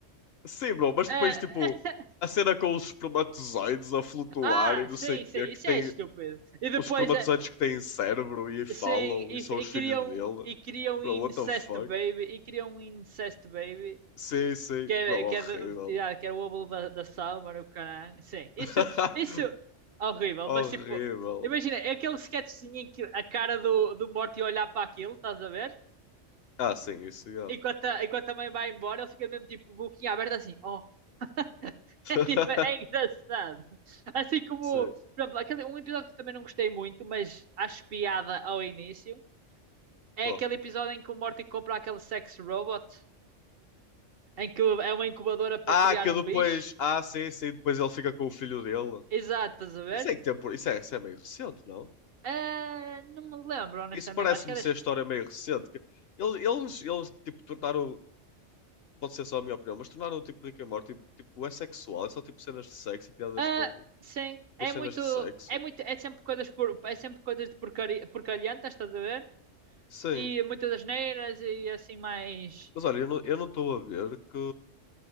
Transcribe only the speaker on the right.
É,
é.
Ah,
sim,
sim,
isso
é estúpido. E depois,
é,
sim, e,
f- e
criam,
e criam um
incest
baby, e criam um incest baby,
que é,
que é, de- yeah, que é o óvulo da, da Summer, o caralho. Sim, isso,
isso é horrível,
mas tipo, imagina, é aquele sketchzinho em que a cara do, do Morty olhar para aquilo, estás a ver?
Enquanto a, enquanto a mãe vai embora, ele fica mesmo tipo, boquinha aberta assim, oh. <laughs>
É, tipo, é engraçado. Assim como,
por exemplo, aquele, um episódio que também não gostei muito, mas acho piada ao início, é
aquele episódio em que o Morty compra aquele sex robot, em que é uma incubadora para
criar
um
bicho.
Exato, estás a ver?
Ah, não me lembro, honestamente.
Acho que é das.
Ah,
sim, é
muito.
É muito. É sempre coisas por, é sempre coisas de porcaria, porcalhantas, estás a ver?
E muitas asneiras e assim mais